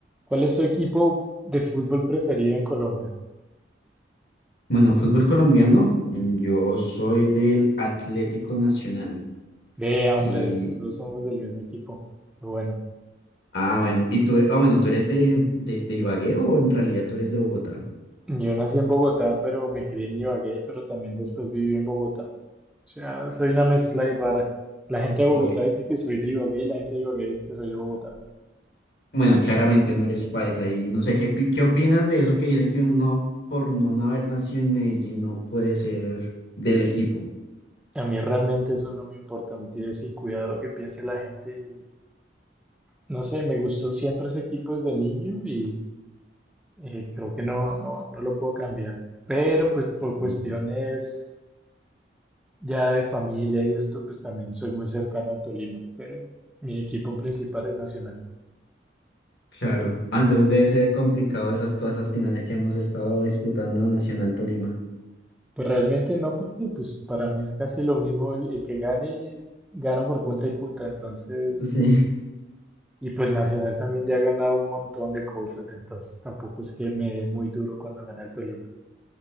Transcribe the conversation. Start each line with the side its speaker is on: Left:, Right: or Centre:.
Centre: ¿Cuál es tu equipo de fútbol preferido en Colombia?
Left: Bueno, fútbol colombiano, mm, yo soy del Atlético Nacional
Centre: Vea,
Left: y
Centre: hombre, los dos somos del mismo equipo. Qué bueno.
Left: ah, bueno, y tú, ah, bueno, ¿tú eres de, de, de Ibagué o en realidad tú eres de Bogotá?
Centre: Yo nací en Bogotá, pero me crié en Ibagué, pero también después viví en Bogotá. O sea, soy una mezcla ahí rara. La gente de Bogotá
Left: Ok.
Centre: dice que soy de Ibagué y la gente de Ibagué dice que soy de Bogotá.
Left: Bueno, claramente no eres paisa y no sé qué, pi- qué opinas de eso que dicen que uno por no haber nacido en Medellín no puede ser del equipo.
Centre: A mí realmente eso no me importa, me tiene sin cuidado lo que piense la gente y no sé, me gustó siempre ese equipo desde niño y eh, creo que no, no, no lo puedo cambiar. Pero pues por cuestiones
Left: Sí.
Centre: Ya de familia y esto, pues también soy muy cercano al Tolima, pero mi equipo principal es Nacional.
Left: Claro. Ah, entonces debe ser complicado esas todas esas finales que hemos estado disputando Nacional Tolima.
Centre: Pues realmente no, porque pues para mí es casi lo mismo el, el que gane, gano por punta y punta, entonces,
Left: <laughs> Sí.
Centre: y pues Nacional también ya ha ganado un montón de cosas, entonces tampoco es que me dé muy duro cuando gana el Tolima.